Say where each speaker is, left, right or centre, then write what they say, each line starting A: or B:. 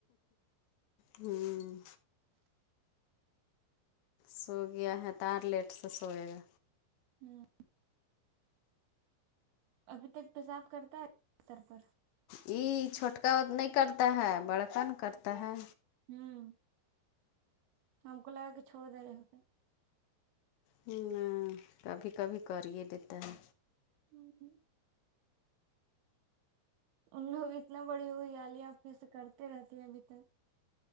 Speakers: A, on the left; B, on the right.
A: ہوں سو گیا ہے توارو لیٹ سے سوئے گا
B: ہاں ابھی تک پیساب کرتا ہےبستر پر
A: یہ چھوٹکا و نہیں کرتا ہے بڑکا ن کرتا ہے
B: ہوں ہم کو لگا کے چھوڑ دے رہے ہوتے
A: ہم کبھی کبھی کر ہی دیتا ہے
B: ہوں ان لوگ اتنا بڑی ہو گئی ہے علیہ اپنے سے کرتے رہتی ہیں ابھی تک